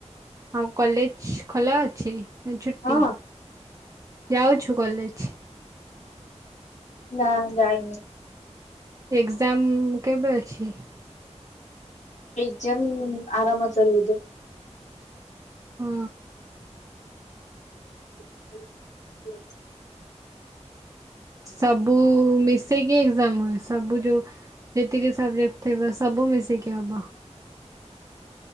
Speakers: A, on the right; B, on the left.
A: ଆଉ କଲେଜ ଖୋଲା ଅଛି ନା ଛୁଟି।
B: ହଁ
A: ଯାଉଛୁ? କଲେଜ୍।
B: ନା ଯାଇନି।
A: ଏଗ୍ଜାମ୍ କେବେ ଅଛି?
B: ଏଗ୍ ଜାମ୍ ଆର ମାସରେ ବୋଧେ।
A: ହଁ।
B: <inaudible>
A: ସବୁ ମିଶିକି ହ ଏକ୍ଜାମ ହୁଏ। ସବୁ ଯୋଉ ଯେତିକି ସବଜେକ୍ଟ ତେବେ ସବୁ ମିଶିକି ହବ।